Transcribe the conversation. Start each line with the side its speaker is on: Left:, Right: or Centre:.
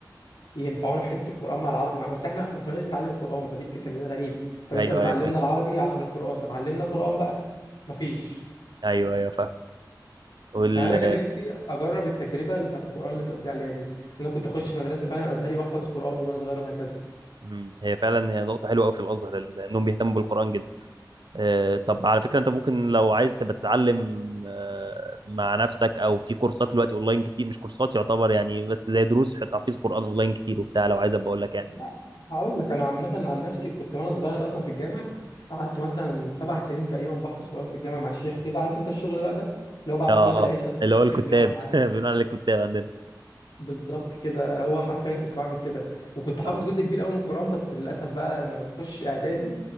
Left: ينفعونا في حته القران مع العربي مع بس احنا ما كناش بنتعلم قران فدي الفكره اللي غريب طب
Right: ايوه
Left: انت بتعلمنا
Right: ايوه فاهم
Left: العربي عشان القران طب علمنا قران بقى مفيش
Right: ايوه ايوه فاهم
Left: يعني انا كان نفسي اجرب التجربه بتاعت القران اللي انت قلت لي عليها دي انا كنت اخش مدرسه فعلا ازهري واحفظ قران وانا صغير وهكذا
Right: مم. هي فعلا هي نقطة حلوة أوي في الأزهر ال- إنهم بيهتموا بالقرآن جدا. آه، طب على فكرة أنت ممكن لو عايز تبقى تتعلم آه، مع نفسك أو في كورسات دلوقتي أونلاين كتير مش كورسات يعتبر يعني بس زي دروس تحفيظ قرآن أونلاين كتير وبتاع لو عايز أبقى أقول لك يعني.
Left: لا هقول لك انا عامه عن نفسي كنت وانا صغير اصلا في الجامع قعدت مثلا سبع سنين تقريبا بحفظ قران في الجامع مع الشيخ كده عارف انت الشغل بقى ده اللي هو بعد
Right: أه أه
Left: صلاه العشاء
Right: اللي هو
Left: الشيخ
Right: الكتاب
Left: بيقعد معاك
Right: <laughs> بنقول عليه الكتاب عندنا.
Left: بالظبط كده هو حرفيا كنت بعمل كده وكنت حافظ
Right: أه
Left: جزء كبير قوي من القرآن بس للأسف بقى لما تخش إعدادي